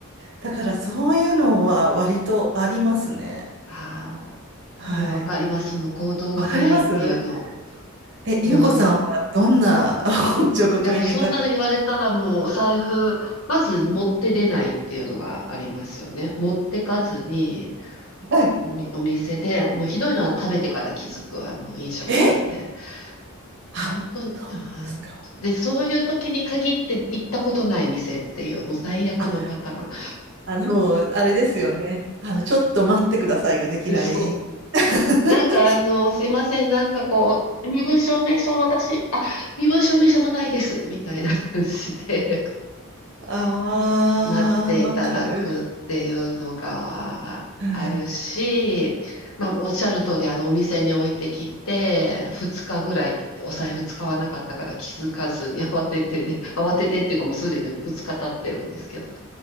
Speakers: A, on the right; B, on the left.
A: だからそういうのは割とありますね。
B: ああ、
A: はい。
B: もうわかります。その行動が早いっていうの。
A: わかりますえ、ゆうこさんはどんな
B: もうな、い
A: <laughs> おっちょこちょいネタが
B: やもうそんなの言われたらもうお財布、まず持って出ないっていうのがありますよね。持ってかずに、
A: はい。
B: おみ、お店で、もうひどいのは食べてから気づく、あの飲食店で。
A: えあ、
B: 本当に、
A: そうなんですか。
B: あーで、そういう時に限って行ったことない店っていう、もう最悪のパターン。
A: あ、あの、あれですよね。あの、ちょっと待ってくださいができない。
B: <laughs> そう。
A: <laughs>
B: なんかあの、すいません、なんかこう、身分証明書私、あ、身分証明書もないです、みたいな感じで
A: ああ、
B: <laughs> 待っていただくっていうのがあるし、
A: わかる。はい。
B: まあ、おっしゃる通り、あの、お店に置いてきて、2日ぐらいお財布使わなかったから気づかずに慌ててで、慌ててっていうかもうすでに2日経ってるんですけど、